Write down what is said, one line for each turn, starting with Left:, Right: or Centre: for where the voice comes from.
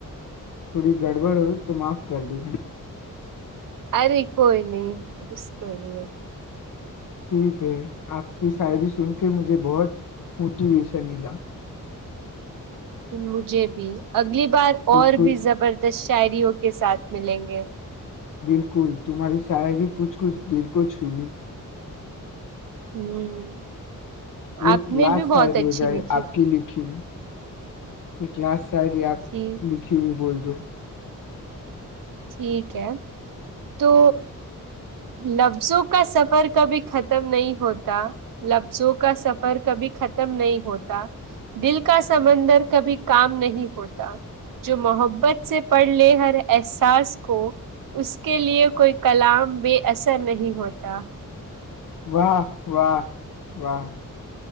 Left: تھوڑی گڑبڑ ہو تو معاف کر دینا
Right: ارے کوئی نہیں اس کو نہیں
Left: ہک آپ کی شاعری سن کے مجھے بہت موٹیویشن ملا
Right: مجھے بھی اگلی بار
Left: کچھ
Right: اور
Left: کچھ
Right: بھی زبردست شاعری ہوتی کے ساتھ ملیں گے
Left: بالکل تمہاری شاعری کچھ کچھ دل کو چھونی
Right: ہوں
Left: ایک
Right: آپ نے
Left: لاسٹ
Right: بھی بہت
Left: شاعری
Right: اچھی
Left: ہو جائے
Right: لکھی
Left: آپ کی لکھی ہوئی ا کلاس شر آپ
Right: تھی
Left: لکھی ہو بھی بولتے دو
Right: ٹھیک ہے تو لفظوں کا سفر کبھی ختم نہیں ہوتا لفظوں کا سفر کبھی ختم نہیں ہوتا دل کا سمندر کبھی کام نہیں ہوتا جو محبت سے پڑھ لے ہر ایسا ساز کو اس کے لیے کوئی کلام بے اثر نہیں ہوتا
Left: واہ واہ واہ